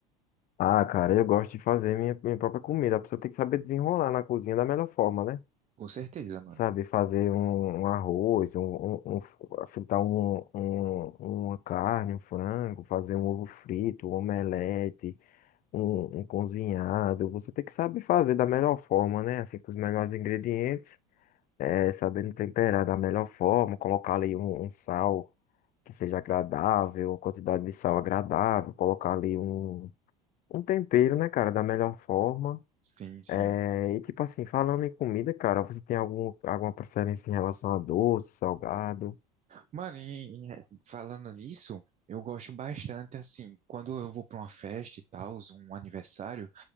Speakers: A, on the left; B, on the right.
A: Ah, cara, eu gosto de fazer minha, minha própria comida. A pessoa tem que saber desenrolar na cozinha da melhor forma, né?
B: Com certeza, mano.
A: Saber fazer um, um arroz, um, um- um- f- fritar um, um- uma carne, um frango, fazer um ovo frito, um omelete, um, um cozinhado. Você tem que saber fazer da melhor forma, né? Assim, com os melhores ingredientes, eh, sabendo temperar da melhor forma, colocar ali um, um sal que seja agradável, uma quantidade de sal agradável, colocar ali um, um tempero, né, cara, da melhor forma.
B: Sim, sim.
A: É, e tipo assim, falando em comida, cara, você tem algum, alguma preferência em relação a doce, salgado?
B: Mano, e, e, é, falando nisso, eu gosto bastante assim, quando eu vou pra uma festa e tal, um aniversário,